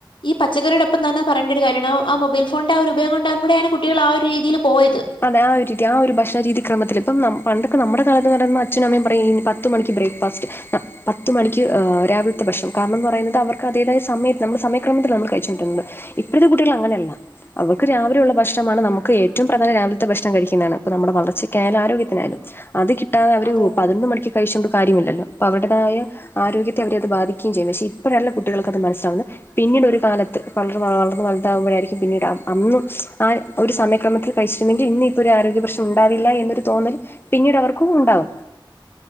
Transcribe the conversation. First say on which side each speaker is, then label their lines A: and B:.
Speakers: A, on the left; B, on the left.
A: ഈ പച്ചക്കറീടൊപ്പം തന്നെ പറയണ്ടൊരു കാര്യാണ്. ആ മൊബൈൽ ഫോൺന്റെ ആ ഒരു ഉപയോഗം കൊണ്ടാ കൂടെയാണ് കുട്ടികൾ ആ ഒരു രീതിയില് പോയത്.
B: അതെ ആ ഒരു രീതി ആ ഒരു ഭക്ഷണ രീതിക്രമത്തില് ഇപ്പം ന്നം പണ്ടൊക്കെ നമ്മടെ കാലത്ത് ന്ന് പറയുമ്പം അച്ഛനും അമ്മയും പറയും ഇനി പ ത്ത് മണിക്ക് ബ്രേക്ക്ഫാസ്റ്റ് പത്ത് മണിക്ക് ഏഹ് രാവിൽത്തെ ഭക്ഷണം കാരണംന്ന് പറയുന്നത് അവർക്ക് അതേതായ സമയത്ത് നമ്മുടെ സമയക്രമത്തിലാന്ന് നമ്മൾ കഴിച്ചോണ്ടിര്ന്നത്. ഇപ്പഴ്ത്തെ കുട്ടികൾ അങ്ങനെയല്ല അവർക്ക് രാവിലെയുള്ള ഭക്ഷണമാണ് നമുക്ക് ഏറ്റവും പ്രധാനം രാവിൽത്തെ ഭക്ഷണം കഴിക്കുന്നാണ്. ഇപ്പ നമ്മുടെ വളർച്ചക്കായാലും ആരോഗ്യത്തിനായാലും അത് കിട്ടാതെ അവര്
A: അതെ അതെ
B: പതിനൊന്ന് മണിക്ക് കഴിച്ചോണ്ട് കാര്യമില്ലല്ലോ അപ്പൊ അവടതായ ആരോഗ്യത്തെ അവരെ അത് ബാധിക്കുകയും ചെയ്യും പക്ഷെ ഇപ്പഴല്ല കുട്ടികൾക്കത് മനസ്സിലാവ്ന്നെ പിന്നീടൊരു കാലത്ത് പടർന്ന് വളർന്ന് വൽതാകുമ്പഴായിരിക്കും പിന്നീട് അന്ന് ആ ഒരു സമയക്രമത്തിൽ കഴിച്ചിരുന്നെങ്കി ഇന്നി ഇപ്പോ ഒരു ആരോഗ്യ പ്രശ്നം ഉണ്ടാവില്ല എന്നൊരു തോന്നൽ പിന്നീട് അവർക്കും ഉണ്ടാവും.